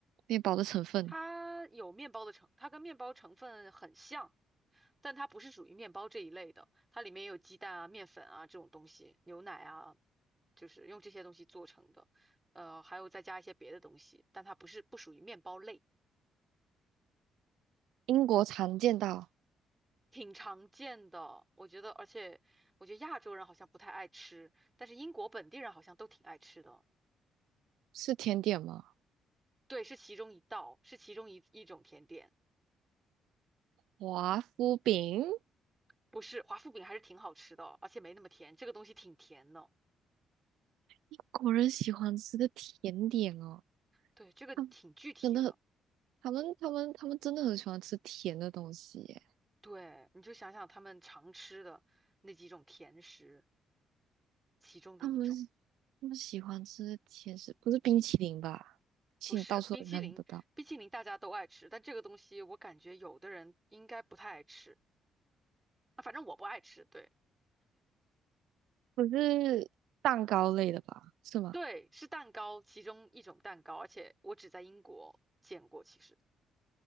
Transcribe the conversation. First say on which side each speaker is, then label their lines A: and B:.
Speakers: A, on the right (about 80°); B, on the right (about 15°).
A: 面包的成分，
B: 它有面包的成，它跟面包成分很像，但它不是属于面包这一类的，它里面有鸡蛋啊、面粉啊这种东西，牛奶啊，就是用这些东西做成的，呃，还有再加一些别的东西，但它不是不属于面包类。
A: 英国常见到，
B: 挺常见的，我觉得，而且我觉得亚洲人好像不太爱吃，但是英国本地人好像都挺爱吃的。
A: 是甜点吗？
B: 对，是其中一道，是其中一一种甜点，
A: 华夫饼，
B: 不是华夫饼还是挺好吃的，而且没那么甜，这个东西挺甜的。
A: 英国人喜欢吃的甜点哦。
B: 对，这个挺具体的。
A: 啊真的他们他们他们真的很喜欢吃甜的东西耶，
B: 对，你就想想他们常吃的那几种甜食，其中的一种。
A: 他们他们喜欢吃甜食，不是冰淇淋吧？其实你到处都看得到，
B: 不是冰淇淋，冰淇淋大家都爱吃，但这个东西我感觉有的人应该不太爱吃。啊，反正我不爱吃，对。
A: 不是蛋糕类的吧？是吗？
B: 对，是蛋糕，其中一种蛋糕，而且我只在英国见过，其实